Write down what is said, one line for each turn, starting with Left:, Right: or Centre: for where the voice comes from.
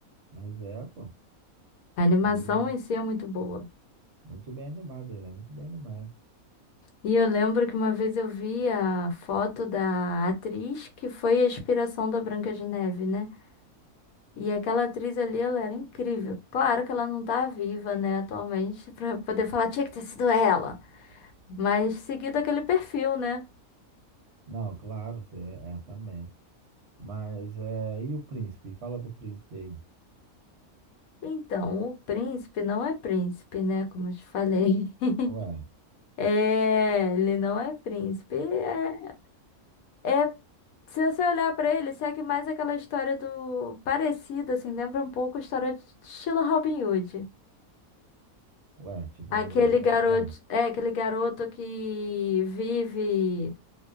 Right: Mas é, pô,
Left: A animação
Right: ele
Left: em si é muito boa.
Right: muito bem animado, ele é muito bem animado.
Left: E eu lembro que uma vez eu vi a foto da atriz que foi a inspiração da Branca de Neve, né? E aquela atriz ali, ela era incrível. Claro que ela não tá viva, né, atualmente, pra poder falar, tinha que ter sido ela. Mas seguido aquele perfil, né?
Right: Não, claro, cê- é, é, também. Mas é. E o príncipe? Fala do príncipe aí.
Left: Então, o príncipe não é príncipe, né? Como eu te falei. <laughs>
Right: Ué,
Left: É, ele não é príncipe. É, é- se você olhar pra ele, segue mais aquela história do parecida, assim, lembra um pouco a história de estilo Robin Hood.
Right: ué, tipo,
Left: Aquele
Right: Robin.
Left: garoto,
Right: Ué,
Left: é aquele garoto que vive,